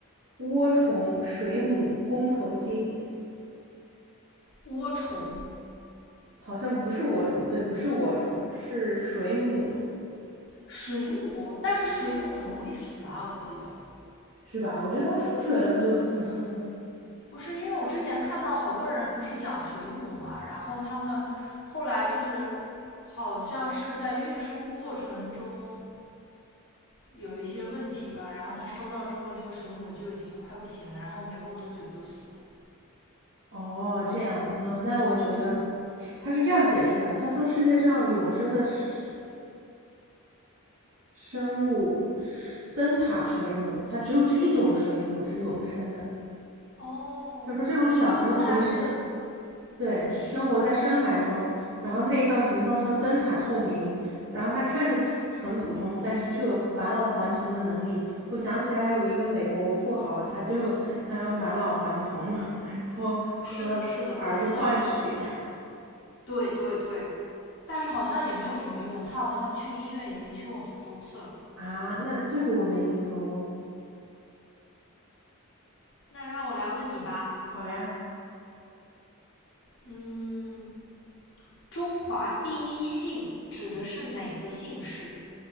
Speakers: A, on the right; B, on the left.
A: 涡虫、水母、弓头鲸。
B: 涡虫、
A: 好像不是涡虫，对，不是涡虫，是水母，
B: 水母，但是水母很容易死啊，我记得。
A: 是吧？我觉得它出水了不就死了吗？
B: 不是，因为我之前看到好多人不是养水母嘛，然后他们后来就是好像是在运输过程中有一些问题吧，然后他收到之后，那个水母就已经快不行了，然后没过多久就死了。
A: <laughs> 哦，这样，那那我觉得
B: 嗯，
A: 他是这样解释的，他说世界上永生的生生物是灯塔水母，它只有这一种水母是永生的。
B: 哦，
A: 他说这种小型的水母
B: 那看来是，
A: 对，
B: 嗯，
A: 生活在深海中，然后内脏形状像灯塔透明，然后它看着去很普通，但是却有返老还童的能力。我想起来有一个美国富豪，他就想要返老还童，<laughs> 然后和儿子换血
B: 是的，是的，我知道这个，对对对，但是好像也没有什么用，他好像去医院已经去过好多次了。
A: 啊，那这个我没听说过。
B: 那让我来问你吧，
A: 好呀，
B: 嗯，中华第一姓指的是哪个姓氏